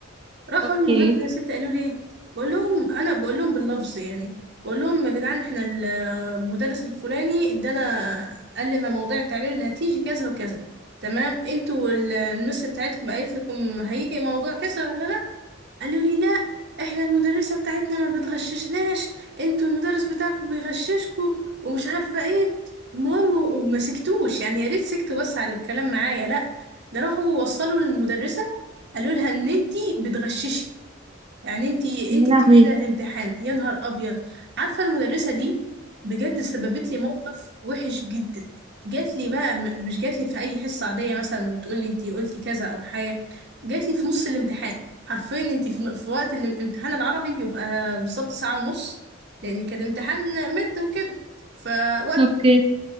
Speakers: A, on the right; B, on the right.
A: راحوا
B: اوكي
A: المهم يا ستي قالوا لي بقول لهم انا بقول لهم باللفظ يعني بقول لهم يا جدعان احنا ال- المدرس الفلاني ادانا قال لنا موضوع التعبير اللي هتيجي كذا وكذا تمام انتوا ال- المس بتاعتكم قالت لكم هيجي موضوع كذا ولا لا قالوا لي لا احنا المدرسة بتاعتنا ما بتغششناش انتوا المدرس بتاعكم بيغششكوا ومش عارفة ايه المهم و- وما سكتوش يعني يا ريت سكتوا بس على الكلام معايا لا ده راحوا وصلوا للمدرسة قالوا لها ان انتي بتغششي يعني انتي
B: يا
A: انتي
B: لهوي
A: بتيجي كده الامتحان يا نهار ابيض عارفه المدرسه دي بجد سببت لي موقف وحش جدا جات لي بقى م- مش جات لي في اي حصه عاديه مثلا وتقول لي انتي قلتي كذا او حاجه جات لي في نص الامتحان حرفيا انتي في, في وقت الام- الامتحان العربي بيبقى بالظبط ساعه ونص لان كان امتحان مد وكده فوقت
B: اوكي